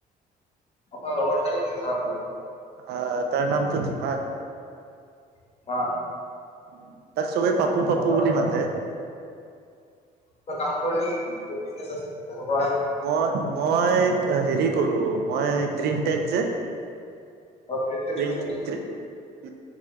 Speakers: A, on the left (about 40°); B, on the right (about 75°).
A: আপোনাৰ লগৰ থাকে নিকি ধাৰাপোৰত?
B: আহ তাৰ নামটো ধীমান।
A: <unintelligible>
B: উম, তাক চবেই পাপু -পাপু
A: আপোনাৰ
B: বুলি মাতে ।
A: কিবা কাম কৰে <unintelligible>
B: মই, মই হেৰি কৰোঁ মই গ্ৰীণটেক যে,
A: আৰু গ্ৰীণ টেক
B: <unintelligible>
A: চচাইটিত